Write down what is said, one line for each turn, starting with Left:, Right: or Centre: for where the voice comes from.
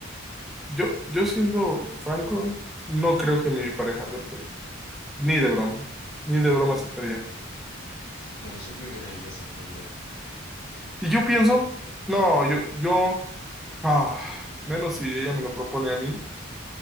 Centre: yo, yo siendo franco, no creo que mi pareja acepte. Ni de broma. Ni de broma aceptaría.
Left: No, yo creo que nadie lo aceptaría.
Centre: Y yo pienso, no, yo, yo. Ah, menos si ella me lo propone a mí.